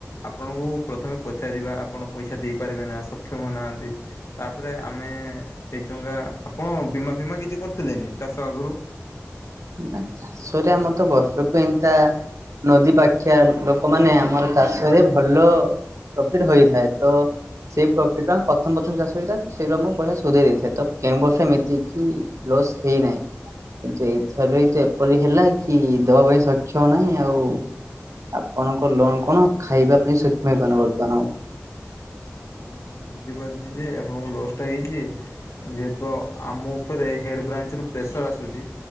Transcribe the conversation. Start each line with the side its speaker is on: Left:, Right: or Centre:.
Left: ଆପଣଙ୍କୁ ପ୍ରଥମେ ପଚାରିବା ଆପଣ ପଇସା ଦେଇପାରିବେ ନା ସକ୍ଷମ ନାହାଁନ୍ତି ତାପରେ ଆମେ ଏଇଛଙ୍କା ଆପଣ ବୀମା ଫିମା କିଛି କରିଥିଲେନି ଚାଷ ଆଗରୁ?
Right: ନା ଚାଷରେ ଆମର ତ ବର୍ଷକୁ ଏନ୍ତା ନଦୀ ପାଖିଆ ଲୋକମାନେ ଆମର ଚାଷରେ ଭଲ ପ୍ରଫିଟ୍ ହୋଇଥାଏ, ତ ସେଇ ପ୍ରଫିଟ୍ ର ଆମ ପ୍ରଥମ-ପ୍ରଥମ ଚାଷ ହେଇଥାଏ, ତ <unintelligible> ଆମ ପଇସା ସୁଜେଇ ଦେଇଥାଏ ତ କେଉଁ ବର୍ଷ ଏମିତି କି ଲସ୍ ହେଇନାହିଁ। କିନ୍ତୁ ଏଇଥର ତ ଏପରି ହେଲା କି ଦେବା ପାଇଁ ସକ୍ଷମ ନାହିଁ ଆଉ ଆପଣଙ୍କ ଲୋନ୍ କଣ ଖାଇବା ପାଇଁ ସକ୍ଷମ ହେଇପାରନି ବର୍ତ୍ତମାନ ଆଉ।
Left: ଆଜ୍ଞା ମୁଁ ବୁଝିପାରୁିଚି ଯେ ଆପଣଙ୍କ ଲସ୍ ଟା ହେଇଚି, ଯେହେତୁ ଆଉ ଆମ ଉପରେ ହେଡ଼୍ ବ୍ରାଞ୍ଚରୁ ପ୍ରେସର୍ ଆସୁଚି